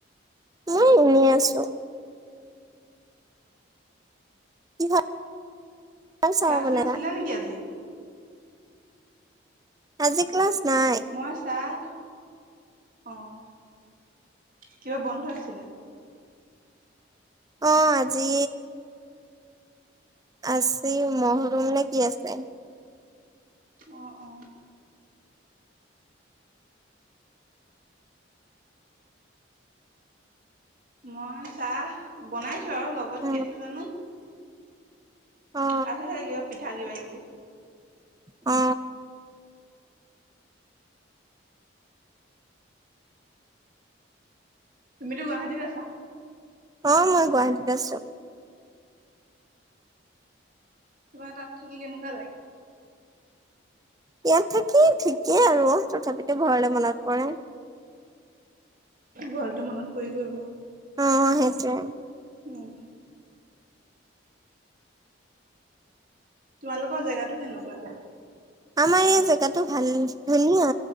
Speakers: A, on the right; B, on the right.
A: মই এনেই আছো কিহৰ চাহ
B: ক্লাছ
A: বনালা
B: নাছিলে নেকি আজি
A: আজি ক্লাছ নাই
B: মই চাহ আহ কিবা বন্ধ আছিলে
A: অ আজি আছি মহৰুম নে কি আছে
B: অ অ মই চাহ বনাইছো আৰু লগত
A: উম
B: কি আছে জানো
A: অ
B: আছে চাগে কিবা পিঠা কিবা কিবি।
A: অ
B: তুমিতো গুৱাহাটীত আছা
A: অ মই গুৱাহাটীত আছো
B: তাত থাকি কেনেকুৱা লাগে
A: ইয়াত থাকি ঠিকেই আৰু তথাপিতো ঘৰলৈ মনত পৰে
B: ঘৰলেটো মনত পৰিবই ক
A: অ সেইটোৱে
B: উম। তোমালোকৰ জেগাটো কেনেকুৱা?
A: আমাৰ এই জেগাটো ভাল ধুনীয়া